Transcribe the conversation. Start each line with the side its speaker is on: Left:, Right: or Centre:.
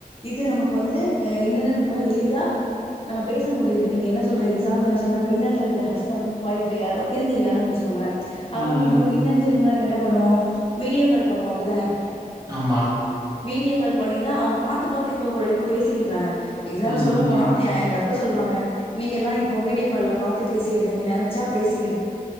Left: இது நமக்கு வந்து இன்டர்நெட் மூலம் எளிதா நம்ம பேச முடியுது நீங்க என்ன சொல்றங்க எஸாம்பிளுக்கு என்ன சொன்னா வெளிநாட்டுல இருக்க ஹஸ்பண்ட் வைஃப் யாரோ பிரிஞ்சிருக்காங்கன்னு வச்சுக்கோங்கலே அவங்க
Right: ம்.
Left: மூலம் மின்னஞ்சல் மூலம் என் பண்ணுவோம் வீடியோ கால் பண்ணுவோம் அப்படிதானே
Right: ஆம்மா
Left: வீடியோ கால் பண்ணிதான் அவங்க பாத்து பாத்து இப்ப கூட இப்ப பேசிக்கிடுறாங்க எக்ஸாம்பிள்
Right: ம்
Left: சொல்லப்
Right: ம்
Left: போன எங்க அத்த சொல்வாங்க நீங்க எல்லாம் இப்ப வீடியோ க பார்த்து பேசுகிறீங்க நினைச்ச பேசு